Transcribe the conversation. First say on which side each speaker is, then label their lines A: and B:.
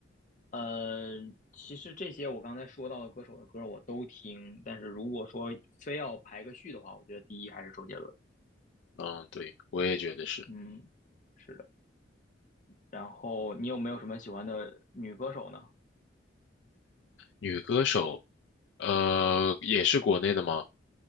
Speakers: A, on the left; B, on the left.
A: 呃，其实这些我刚才说到的歌手的歌我都听，但是如果说非要排个序的话，我觉得第一还是周杰伦。
B: 嗯，对，我也觉得是
A: 嗯，是的。然后你有没有什么喜欢的女歌手呢？
B: 女歌手。呃，也是国内的吗？